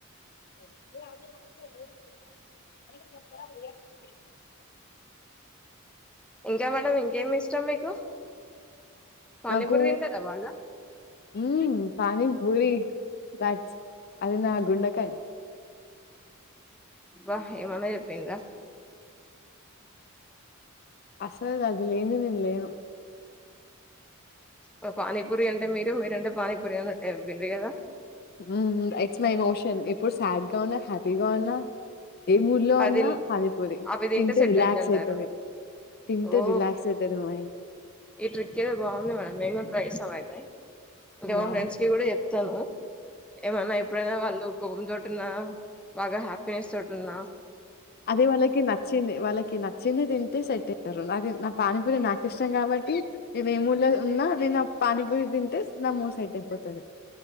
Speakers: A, on the left (about 45°); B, in the centre.
A: <unintelligible>
B: ఇంకా మేడం, ఇంకేమి ఇష్టం మీకు పానీపూరి
A: నాకు,
B: తింటారా బాగా
A: మ్మ్ పానీ పూరి దట్స్, అది నా గుండెకాయ్
B: వాహ్ ఏమన్న చెప్పిండ్రా
A: అసలు అది లేంది నేను లేను
B: బ్బా పానీపూరి అంటే మీరు మీరంటే పానీపూరి అనిట్టే చెప్పిర్రు కదా
A: మ్మ్ మ్మ్ ఇట్స్ మై ఇమోషన్ ఎప్పుడు సాడ్గా ఉన్నా హ్యాపీగా ఉన్నా ఏ మూడ్ లో
B: అదిన్
A: ఉన్నా పానీపూరి
B: అవి తింటే సెట్
A: రిలాక్స్
B: అయిదంటారు,
A: అయితది తింటే
B: ఓ
A: రిలాక్స్ అయితది మైండ్
B: ఈ ట్రిక్ ఏదో బాగుంది మేడం మేము కూడా ట్రై చేస్తాం అయితే ఇంక
A: యా
B: మా ఫ్రెండ్స్ కి కూడా చెప్ తనా ఏమన్నా ఎప్పుడైనా వాళ్ళు కోపం తోటి ఉన్నా బాగా హ్యాపీనెస్ తోటి ఉన్నా
A: అదే వాళ్ళకి నచ్చింది వాళ్ళకి నచ్చింది తింటే సెట్ అయితరు అది నకి నా పానీపూరి నాకు ఇష్టం కాబట్టి నేను ఏ మూడ్లో ఉన్నా నేను పానీపూరి తింటే నా మూడ్ సెట్ అయిపోతుంది